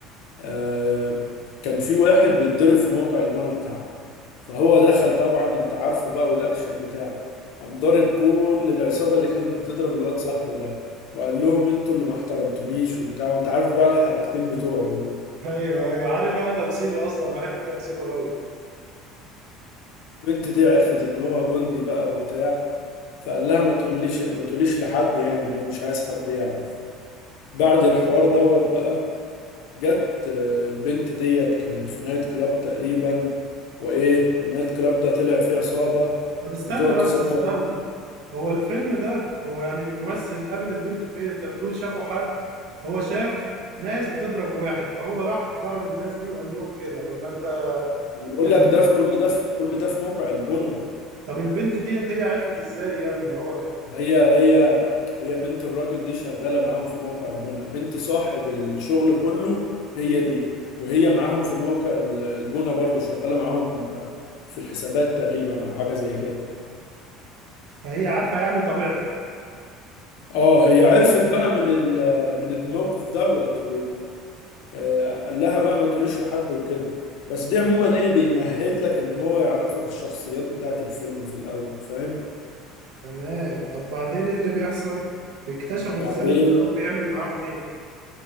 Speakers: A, on the left; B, on the right.
A: آه، كان في واحد بيتضرب في موقع البنا بتاعه فهو دخل طبعا انت عارفه بقى والاكشن بتاعه قام ضارب كل العصابة اللي كانت بتضرب الواد صاحبه ده وقال لهم انتوا اللي ما احترمتونيش وبتاع وانت عارف بقى الحركتين بتوعه دول
B: ايوه ايوه عارف انا تمثيله اصلا بحب تمثيله قوي
A: البنت دي عرفت ان هو جندي بقى وبتاع فقال لها ما تقوليش ما تقوليش لحد يعني هو مش عايز حد يعرف بعد الحوار دوت بقى جت آه، البنت ديت كانت في نايت كلاب تقريبا وايه النايت كلاب ده طلع فيه عصابة
B: طب استنى
A: بتقعد تصور
B: بس استنى هو الفيلم ده هو يعني الممثل قابل البنت فين انت بتقول شافه حد هو شاف ناس بتضرب واحد فهو راح ضرب الناس دي وقال لهم كده ولا انت
A: أنا بقول
B: يعني
A: لك ده في كل ده في كل ده في موقع البنا
B: طب البنت ديت هي عرفت ازاي يعني ان هو كان في الجيش
A: هي هي هي بنت الراجل دي شغالة معاهم في موقع البنا بنت صاحب الشغل كله هي دي وهي معاهم في موقع ال- البنا برضو شغالة معاهم آه، في الحسابات تقريبا او حاجة زي كده
B: فهي عارفة يعني طبيعته
A: اه هي عرفت بقى من ال- من الموقف دوت آه، قال لها بقى ما تقوليش لحد وكده بس دي عموما ايه بيمهد لك ان هو يعرفك الشخصيات بتاعت الفيلم في الاول فاهم
B: تمام طب بعدين ايه اللي بيحصل بيكتشفوا
A: بعدين
B: ازاي بقى وبيعمل معاهم ايه